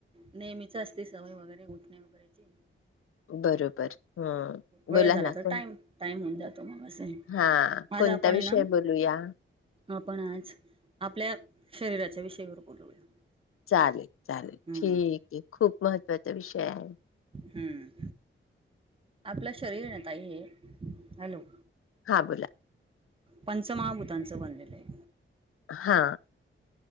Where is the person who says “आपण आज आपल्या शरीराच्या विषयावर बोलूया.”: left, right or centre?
Right